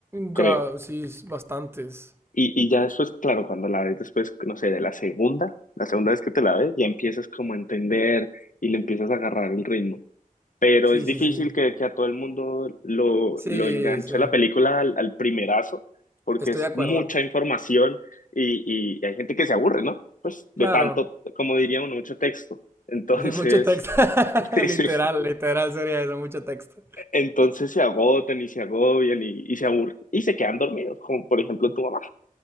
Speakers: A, on the left; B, on the right.
A: creo.
B: Ga- sí, es- bastantes.
A: Y, y ya después, claro, cuando la ves después, no sé, de la segunda, la segunda vez que te la ves, ya empiezas como a entender y le empiezas a agarrar el ritmo. pero
B: Sí,
A: es difícil
B: sí, sí.
A: que, que a todo el mundo lo,
B: Sí,
A: lo enganche
B: sí.
A: la película al, al primerazo, porque
B: Estoy
A: es
B: de acuerdo.
A: mucha información y, y hay gente que se aburre, ¿no? Pues de
B: Claro.
A: tanto, como diría uno, mucho texto. Entonces,
B: Hay mucho texto. <laughs>
A: <laughs>
B: literal, literal sería eso, mucho texto.
A: entonces se agotan y se agobian y, y se aburren y se quedan dormidos, como por ejemplo tu mamá.